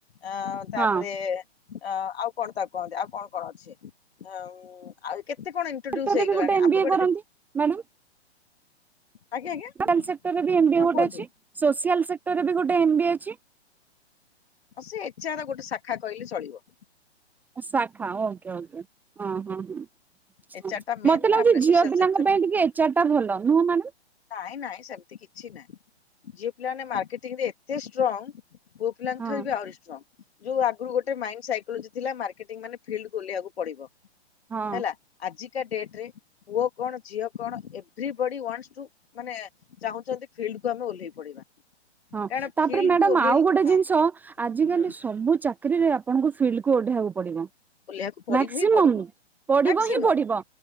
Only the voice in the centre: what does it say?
ହଁ
ସେକ୍ଟର
ରେ ବି ଗୋଟେ ଏମ୍
ବି ଏ
କରନ୍ତି ମ୍ୟାଡ଼ମ୍?
<unintelligible> ସେକ୍ଟର ଏମିତି
ଗୋଟେ
ଅଛି ସୋସିଆଲ ସେକ୍ଟ ର ରେ ବି ଗୋଟେ ଏମ ବି ଏ ଅଛି।
ଶାଖା। Okay okay. ହଁ ହଁ ହଁ
ମୋତେ
ଲାଗୁଛି
ଝିଅ ପିଲାଙ୍କ
ପାଇଁ ଟିକେ ଏଚ୍ ଆର ଟା ଭଲ ନୁହଁ ମାନେ?
ହଁ
ହଁ
ହଁ
ତାପରେ
ମ୍ୟାଡାମ
ଆଉ ଗୋଟେ
ଜିନିଷ, ଆଜିକାଲି
ସବୁ ଚାକିରିରେ ଆପଣଙ୍କୁ ଫିଲ୍ଡ କୁ ଓହ୍ଲେଇବାକୁ ପଡିବ।
ମ୍ୟାକ୍ସିମମ
ପଡିବ
ହିଁ ପଡିବ